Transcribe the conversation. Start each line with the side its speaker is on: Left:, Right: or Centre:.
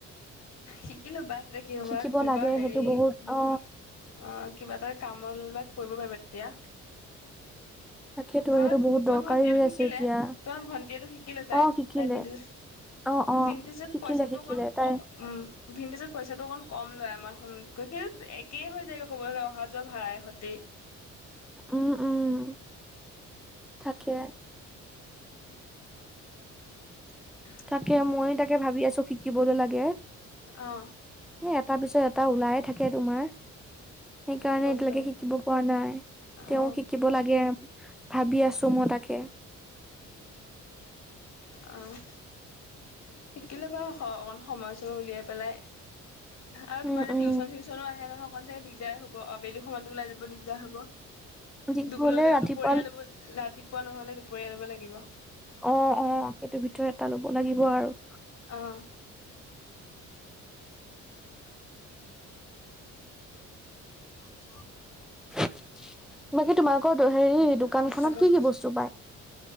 Left: শিকিলো বাদ যে কি হবা
Centre: শিকিব
Left: এনেকুৱা
Centre: লাগে
Left: হেৰি
Centre: সেইটো বহুত
Left: বোৰ-
Centre: অ
Left: অঁ, কিবা এটা কামলৈ বা কৰিব পাৰিবা তেতিয়া।
Centre: তাকেতো
Left: তয়
Centre: সেইটো বহুত
Left: তোমাৰ
Centre: দৰকাৰী
Left: ভণ্টিয়েটো
Centre: হৈ
Left: শিকিলে
Centre: আছে এতিয়া
Left: তোমাৰ ভন্টিয়েটো শিকিলে তাই,
Centre: অ শিকিলে
Left: তাই ভিনটেজত-
Centre: অ অ
Left: ভিন্টেজত
Centre: শিকিলে
Left: পইচাটো
Centre: শিকিলে
Left: অকমান
Centre: তাই
Left: ক- উম' ভিন্টেজত পইচা টো অকন কম লয় আমাৰখনত কৈ, কিন্তু একে হৈ যায়গৈ ক'ব গলে অহা- যোৱা ভাড়াই সতি।
Centre: উম উম' থাকে।
Left: <unintelligible>
Centre: তাকে মই তাকে ভাবি আছো শিকিবলৈ লাগে।
Left: অঁ'
Centre: এই এটা পিছত এটা ওলাই থাকে তোমাৰ। সেইকাৰণে
Left: শিকি ল'ব
Centre: এতিয়ালৈকে
Left: পাৰি
Centre: শিকিব পৰা নাই, তেওঁ
Left: অ
Centre: শিকিব লাগ- গে ভাবি আছো মই তাকে।
Left: অঁ' শিকি লবা অকন সময় ছমই উলিয়াই পেলাই। আৰু তোমাৰ
Centre: উম
Left: এতিয়া
Centre: উম
Left: টিউচন চিউচনো আহে নহয়- অকনচাই দিগদাৰে হ'ব, আবেলি সময়তো ওলাই যাব দিগদাৰ হব।
Centre: যি
Left: দুপ
Centre: হলে
Left: ললেও
Centre: ৰাতিপুৱা
Left: দুপৰীয়া ল'ব- ৰাতিপুৱা নহ'লে দুপৰীয়া লব লাগিব।
Centre: অঁ অঁ সেইটো ভিতৰত এটা ল'ব লাগিব আৰু।
Left: অঁ' <inaudible>
Centre: বাকী, তোমালোকৰ দ হেৰি দোকানখত
Left: সঁচাকৈ।
Centre: কি কি বস্তু পায়?